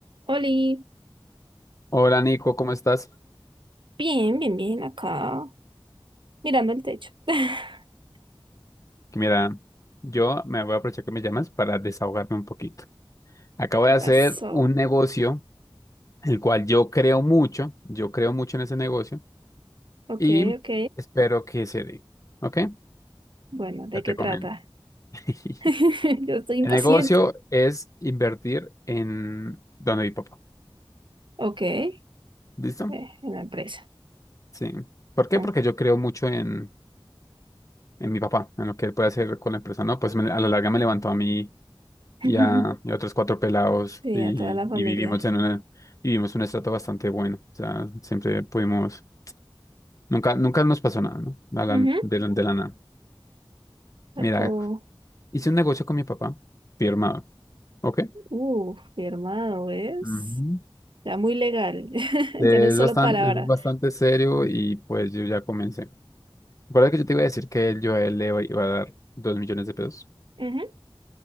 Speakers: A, on the right (about 60°); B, on the left (about 35°).
A: Oli,
B: Hola Nico, ¿cómo estás?
A: bien, bien, bien, acá, mirando el techo. <laughs>
B: Mira, yo me voy a aprovechar que me llamas para desahogarme un poquito. Acabo
A: ¿Qué
B: de hacer
A: pasó?
B: un negocio, el cual yo creo mucho, yo creo mucho en ese negocio
A: Ok,
B: y
A: ok.
B: espero que se dé, ¿ok?
A: Bueno, ¿de
B: Ya te
A: qué trata?
B: comento. <laughs>
A: <laughs> Yo estoy impaciente.
B: El negocio es invertir en donde mi papá,
A: Ok, eh,
B: ¿listo?
A: en la empresa.
B: Sí. ¿Por qué?
A: Mm.
B: Porque yo creo mucho en, en mi papá, en lo que él puede hacer con la empresa, ¿no? Pues me- a la larga me levantó a mí
A: <laughs>
B: y a, y a otros cuatro pelados
A: Sí,
B: y,
A: a toda la familia.
B: y vivimos en una, y vivimos un estrato bastante bueno. O sea, siempre pudimos, nunca, nunca nos pasó nada, ¿no? A la-
A: Ujú,
B: de la, de la nada.
A: Salvo,
B: Mira, hice un negocio con mi papá, firmado, ¿ok?
A: uh, firmado, ¿ves?
B: Ujú.
A: Ya muy legal. <laughs>
B: Es
A: Ya no es solo
B: bastante,
A: palabra.
B: es bastante serio y pues yo ya comencé. Recuerda que yo te iba a decir que yo a él le iba a dar dos millones de pesos.
A: Ujú,